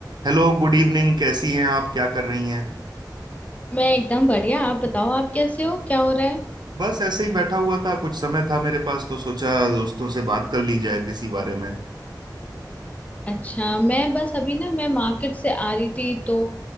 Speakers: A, on the right; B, on the left.
A: Hello good evening कैसी हैं आप क्या कर रही हैं
B: मैं एकदम बढ़िया आप बताओ आप कैसे हो क्या हो रहा है
A: बस ऐसे ही बैठा हुआ था कुछ समय था मेरे पास तो सोचा दोस्तों से बात कर ली जाए किसी बारे में
B: अच्छा मैं बस अभी ना मैं मार्केट से आ रही थी तो